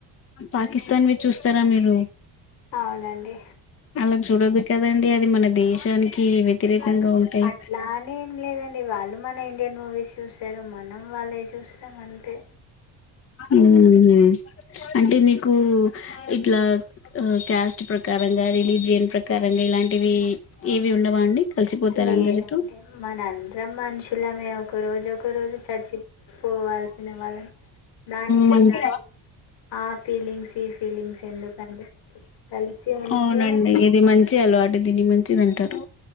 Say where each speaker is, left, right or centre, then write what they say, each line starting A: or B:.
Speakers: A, on the left; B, on the left.
A: పాకిస్తాన్ వి చూస్తారా మీరు
B: అవునండి
A: అలా చూడదు కదండి అది మన దేశానికి వ్యతిరేకంగా
B: అ
A: ఉంటాయి
B: అట్లానే ఏం లేదండి వాళ్ళు మన ఇండియా న్నో వి చూసారు మనం వాళ్ళే చూస్తాం అంతే
A: మ్మ్ హ్మ్ అంటే మీకు ఇట్లా క్యాస్ట్ ప్రకారంగా రిలీజియన్ ప్రకారంగా ఇలాంటివి ఏవి ఉండవా అండి కలిసిపోతారు
B: లేదండి
A: అందరితో
B: మనందరం మనుషులమే ఒక రోజు ఒక రోజు చచ్చిపోవాల్సిన వాళ్ళం దానికి
A: మంచి
B: ఇలాంటి ఆ ఫీలింగ్స్ ఈ ఫీలింగ్స్ ఎందుకండి. కలిసి ఉంటే
A: అవునండి ఇది మంచి అలవాటు అంటే దీని మంచిది అంటారు